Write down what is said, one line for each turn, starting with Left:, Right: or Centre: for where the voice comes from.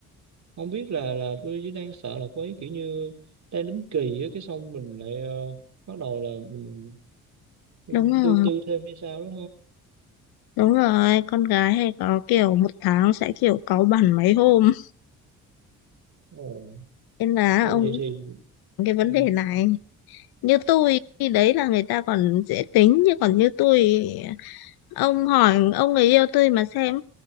Right: không biết là là tôi chỉ đang sợ là cô ấy kiểu như đang đứng kỳ á cái xong mình lại ờ, bắt đầu là mình, mình
Left: đúng rồi
Right: tương tư thêm hay sao đó
Left: Đúng rồi, con gái hay có kiểu một tháng sẽ kiểu cáu bẳn mấy hôm.
Right: thôi
Left: Nên là
Right: Ô,
Left: ông
Right: vậy
Left: cũng
Right: thì
Left: có cái vấn
Right: ừ,
Left: đề này. Như tôi, khi đấy là người ta còn dễ tính. Nhưng còn như tôi, ông hỏi ông người yêu tôi mà xem.